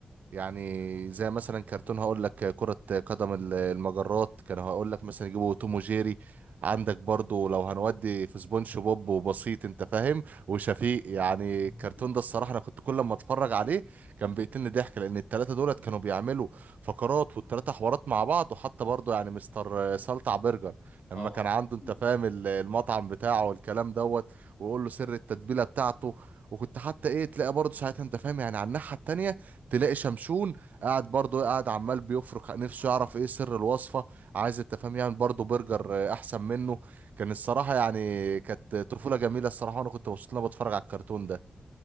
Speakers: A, on the right; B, on the left.
A: يعني زي مثلا كرتون هقول لك كرة قدم ال- المجرات كانوا هقول لك مثلا يجيبوا توم وجيري عندك برضو لو هنودي في سبونج بوب وبسيط انت فاهم وشفيق يعني
B: مهم.
A: الكرتون ده الصراحة انا كنت كل ما اتفرج عليه كان بيقتلني ضحك لان التلاتة دولت كانوا بيعملوا فقرات والتلاتة حوارات مع بعض وحتى برضو يعني مستر سلطع برجر لما
B: طبعا
A: كان عنده انت
B: مم.
A: فاهم ال- المطعم بتاعه والكلام دوت ويقول له سر التتبيلة بتاعته وكنت حتى ايه تلاقي برضه ساعتها انت فاهم يعني على الناحية التانية تلاقي شمشون قاعد برضه قاعد عمال بيفرك نفسه يعرف ايه سر الوصفة عايز انت فاهم يعني برضه برجر آه، احسن منه كان الصراحة يعني كانت طفولة جميلة الصراحة وانا كنت مبسوط ان انا بتفرج على الكرتون ده